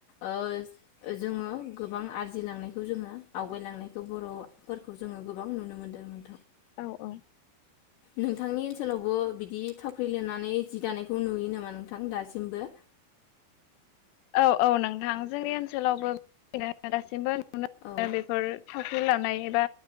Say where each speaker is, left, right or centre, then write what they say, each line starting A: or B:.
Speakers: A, on the left (about 70°); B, on the left (about 85°).
A: ओ जों जोङो गोबां आरजिलांनायखौ जोङो आवगायलांनायखौ बर'फोरखौ जोङो गोबां नुनो मोन्दों,
B: औ औ
A: नोंथांनि ओनसोलावबो बिदि थावख्रि लिरनानै जि दानायखौ नुयो नामा? नोंथां दासिमबो।
B: औ औ नोंथां जोंनि ओनसोलावबो <unintelligible> ओ दासिमबो नुनो
A: औ
B: ओ बेफोर, थावख्रि लानाय एबा